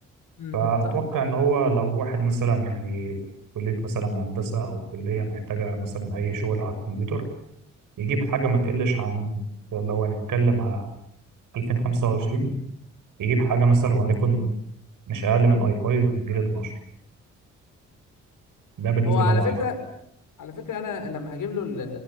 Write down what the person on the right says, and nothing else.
فاتوقع
ان هو لو واحد مثلا يعني في كليه مثلا هندسه او كليه محتاجه مثلا اي شغل على الكمبيوتر يجيب حاجه ما تقلش عن لو هنتكلم على 2025 يجيب حاجه مثلا وليكن مش اقل من اي 5 جيل 12 ده بالنسبه
للمعالج